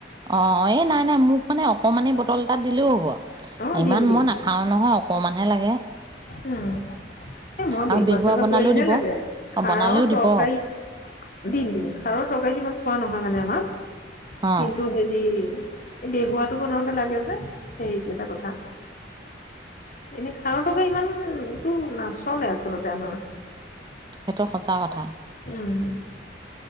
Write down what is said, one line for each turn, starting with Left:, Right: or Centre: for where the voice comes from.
Right: অ', এই নাই নাই মোক মানে অকমানেই বটল এ তাত দিলেও হ'ব
Left: অ
Right: ইমান
Left: দিম দিম
Right: মই নাখাও
Left: দিম
Right: নহয় অকণমানহে লাগে
Left: উম এ মই
Right: আৰু
Left: বেহুৱা চেহুৱা
Right: বনালেও
Left: কৰিলেহে
Right: দিব
Left: লাগে
Right: অঁ
Left: খাৰৰ
Right: বনালেও দিব
Left: তৰকাৰী দিম দিম খাৰৰ তৰকাৰিটো ইমান খোৱা নহয় মানে আমাৰ
Right: অঁ
Left: কিন্তু হেৰি বেহুৱা টো বনাওতে লাগে যে সেইটো এটা কথা এনে খাৰো ত এই ইমানটো নাচ নাচলতে আমাৰ
Right: সেইটো সঁচা কথা
Left: উম,